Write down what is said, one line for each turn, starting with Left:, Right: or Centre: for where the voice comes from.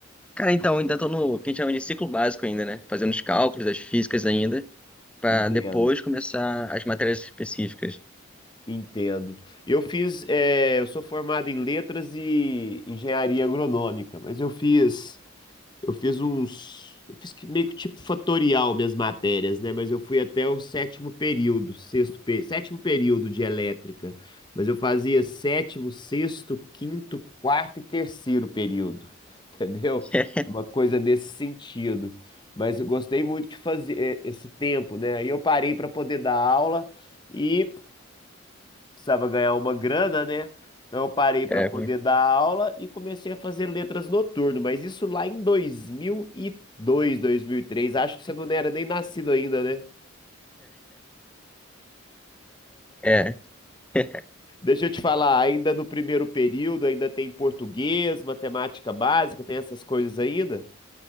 Centre: Cara, então, ainda tô no que a gente chama de ciclo básico ainda, né? Fazendo os cálculos, as físicas ainda. para
Left: Entendo.
Centre: depois começar as matérias específicas.
Left: Entendo. Eu fiz, eh, eu sou formado em letras e engenharia agronômica, mas eu fiz, eu fiz uns, eu fiz que meio que tipo fatorial minhas matérias, né? Mas eu fui até o sétimo período, sexto, pe- sétimo período de elétrica, mas eu fazia sétimo, sexto, quinto, quarto e terceiro período, <laughs> entendeu?
Centre: <laughs>
Left: Uma coisa nesse sentido. Mas eu gostei muito de fazer eh, esse tempo, né? Aí eu parei para poder dar aula. E precisava ganhar uma grana, né? Então eu parei para
Centre: É,
Left: poder dar aula e comecei a fazer letras noturno, mas isso lá em dois mil e dois, dois mil mil e e três, Acho que você não era nem nascido ainda, né?
Centre: é, é.
Left: Deixa eu te falar, ainda no primeiro período, ainda tem português, matemática básica, tem essas coisas ainda?